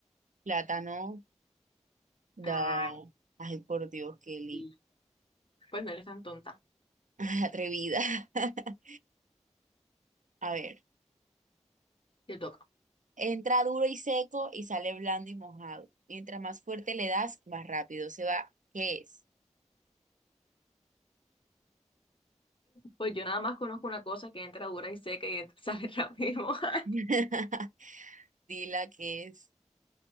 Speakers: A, on the right; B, on the left.
A: Plátano, da.
B: Ah,
A: Ay, por Dios, Kelly.
B: sí. pues no eres tan tonta.
A: <laughs> Atrevida. <laughs> A ver,
B: Te toca.
A: entra duro y seco y sale blando y mojado. Mientras más fuerte le das, más rápido se va. ¿Qué es?
B: Pues yo nada más conozco una cosa que entra dura y seca y entra- sale rápido. <laughs>
A: <laughs> Dila qué es.